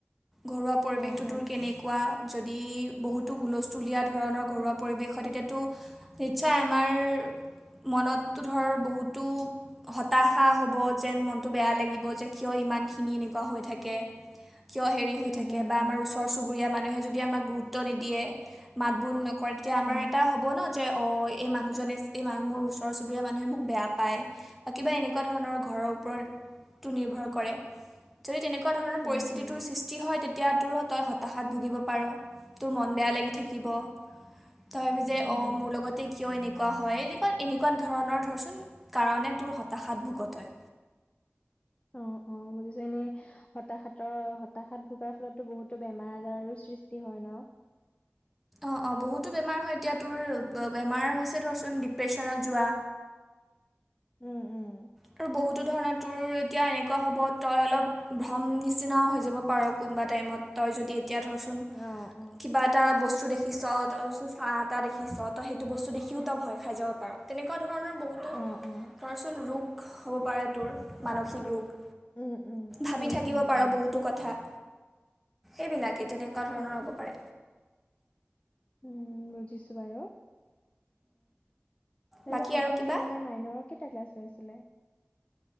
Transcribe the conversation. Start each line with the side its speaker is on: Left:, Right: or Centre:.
Centre: ঘৰুৱা পৰিৱেশটো
Left: অ
Centre: তোৰ
Left: অ
Centre: কেনেকুৱা যদি বহুতো হুলস্থুলীয়া ধৰণৰ ঘৰুৱা পৰিৱেশ হয় তেতিয়াতো নিশ্চয় আমাৰ মনত ধৰ বহুতো হতাশা হব যেন মনতটো বেয়া লাগিব যে কিয় ইমান খিনি এ এনেকুৱা হৈ থাকে
Left: <inaudible>
Centre: কিয় হেৰি হৈ
Left: উম
Centre: থাকে
Left: উম
Centre: বা
Left: উম
Centre: আমাৰ ওচৰ চুবুৰীয়া মানুহে যদি আমাক গুৰুত্ব নিদিয়ে মাতবোল ন কৰে তেতিয়া আমাৰ
Left: উম
Centre: এটা হ'ব ন যে অ এই মানুহজনে এই ম মোৰ ওচৰ চুবুৰীয়া মানুহে মোক বেয়া পায় বা কিবা এনেকুৱা ধৰণৰ ঘৰৰ ওপৰতো নিৰ্ভৰ কৰে যদি তেনেকুৱা ধৰণৰ পৰিস্থিতিটোৰ
Left: উম উম
Centre: সৃষ্টি হয় তেতিয়া তোৰো তই হতাশাত ভুগিব পাৰ তোৰ মন বেয়া লাগি থাকিব তই ভাবিবি যে
Left: উম
Centre: অ
Left: উম
Centre: মোৰ লগতে কিয় এনেকুৱা হয় এনেকুৱা এ নেকুৱ ধৰণৰ ধৰচোন কাৰণে তোৰ হতাশাত ভুগত হয়
Left: অ অ বুজিছো এনে হতাশাতৰ হতাশাত ভোগাৰ ফলতো বহুতো বেমাৰ আজাৰ আৰু সৃষ্টি হয় ন
Centre: অঁ অঁ বহুতো বেমাৰ হয় এতিয়া তোৰ বেমাৰ হৈছে ধৰচোন ডিপ্ৰেশ্যনত যোৱা
Left: উম উম
Centre: আৰু বহুতো ধৰণৰ তোৰ এতিয়া এনেকুৱা হ'ব তই অলপ ভ্ৰম নিচিনা হৈ যাব পাৰ এনেকুৱা তাইমত তই ধৰচুন
Left: অ', অ',
Centre: কিবা এটা বস্তু দেখি পিছ তাৰপিছত চাহ এটা দেখিছ তই সেইটো বস্তু দেখিও তই ভয় খাই যাব পাৰো ত তেনেকুৱা ধৰণৰ বহুতো
Left: অ', অ'।
Centre: ধৰচোন ৰোগ হ'ব পাৰে তোৰ মানসিক ৰোগ
Left: উম, উম,
Centre: ভাবি
Left: উম,
Centre: থাকিব
Left: উম,
Centre: পাৰোঁ
Left: উম,
Centre: বহুতো কথা এইবিলাকেই তেনেকুৱা ধৰণৰ হ'ব পাৰে
Left: উম বুজিছো বাৰু
Centre: বাকী
Left: আৰু আজি
Centre: কিবা
Left: এনে আমাৰ মাইনৰৰ কেইটা ক্লাছ লৈছিলে